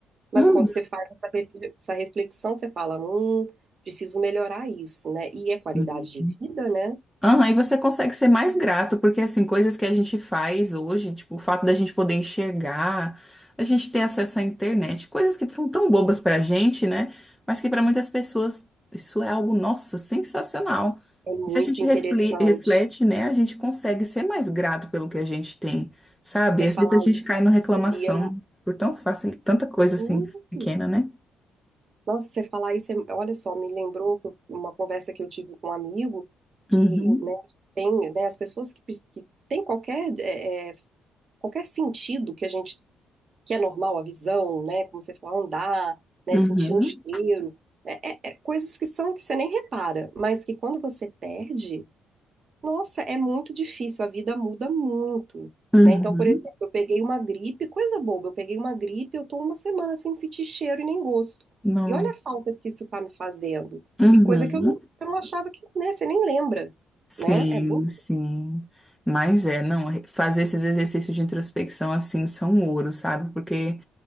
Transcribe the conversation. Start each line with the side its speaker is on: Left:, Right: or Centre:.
Right: Mas
Centre: Hum,
Right: quando você faz essa refle- essa reflexão, você fala, hum, preciso melhorar isso, né? E
Centre: sim.
Right: é qualidade de vida, né?
Centre: Aham, e você consegue ser mais grato, porque assim, coisas que a gente faz hoje, tipo, o fato da gente poder enxergar, a gente ter acesso à internet, coisas que são tão bobas pra gente, né? Mas que pra muitas pessoas isso é algo, nossa, sensacional.
Right: É muito
Centre: E se a gente
Right: interessante
Centre: refle- reflete, né, a gente consegue ser mais grato pelo que a gente tem, sabe?
Right: você
Centre: Às
Right: falar
Centre: vezes a gente
Right: isso,
Centre: cai na reclamação
Right: subir, é
Centre: por tão fácil, tanta
Right: sim.
Centre: coisa assim pequena, né?
Right: Nossa, você falar isso, é- olha só, me lembrou que eu- uma conversa que eu tive com um amigo que,
Centre: Uhum.
Right: né, tem, né, as pessoas que, pres- que têm qualquer, é, é, qualquer sentido que a gente que é normal, a visão, né? Como você falou, andar, né?
Centre: Uhum,
Right: Sentir um cheiro. né, É, é coisas que são que você nem repara, mas que quando você perde, nossa, é muito difícil, a vida muda muito.
Centre: uhum,
Right: Né? Então, por exemplo, eu peguei uma gripe, coisa boba, eu peguei uma gripe, eu tô uma semana sem sentir cheiro e nem gosto.
Centre: Não.
Right: E olha a falta que isso tá me fazendo.
Centre: uhum.
Right: E coisa que eu não, eu não achava que, né, você nem lembra,
Centre: Sim,
Right: né? É muito
Centre: sim. Mas é, não, fazer esses exercícios de introspecção assim são ouro, sabe? Porque